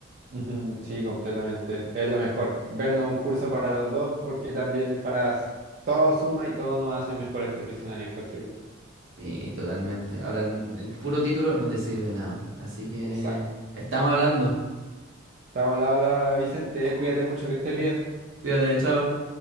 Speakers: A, on the right; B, on the right.
A: Ujú, sí, completamente. Es lo mejor. Vernos un curso para los dos porque también para s- todo suma y todo nos hace mejores profesionales, encuentro yo.
B: Sí, totalmente. Ahora n- el puro título no te sirve de nada. Así que
A: Exacto.
B: estamos hablando.
A: Estamos al habla, Vicente. Cuídate mucho, que estés bien.
B: Cuídate, chao.